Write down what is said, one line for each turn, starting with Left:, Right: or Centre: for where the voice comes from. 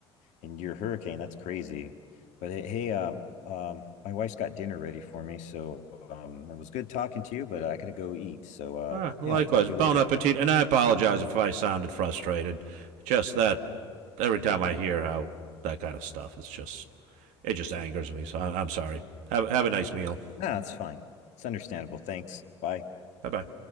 Left: and your hurricane. That's crazy. But hey, hey, um, um, my wife's got dinner ready for me, so um, it was good talking to you. But I gotta go eat. So uh,
Right: All right, likewise,
Left: yeah, I'll talk to
Right: bon
Left: you later.
Right: appetit, and I apologize if I sounded frustrated. Just that every time I hear how that kind of stuff, it's just it just angers me. So I- I'm sorry. Have have a nice meal.
Left: No, nah, it's fine. It's understandable. Thanks. Bye.
Right: Bye bye.